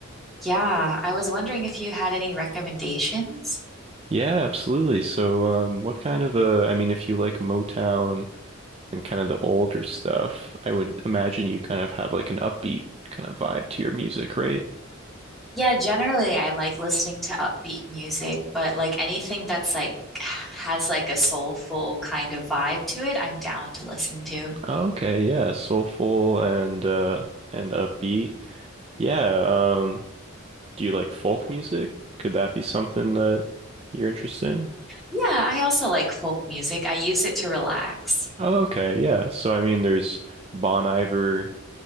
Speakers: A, in the centre; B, on the right.
A: yeah. I was wondering if you had any recommendations.
B: Yeah, absolutely. So, um, what kind of a, I mean, if you like Motown and kind of the older stuff, I would imagine you kind of have like an upbeat kind of vibe to your music, right?
A: Yeah, generally I like listening to upbeat music, but like anything that's like has like a soulful kind of vibe to it, I'm down to listen to.
B: Okay, yeah, soulful and uh and upbeat. Yeah, um, do you like folk music? Could that be something that you're interested in?
A: Yeah, I also like folk music. I use it to relax.
B: Oh, okay, yeah. So, I mean, there's Bon Iver,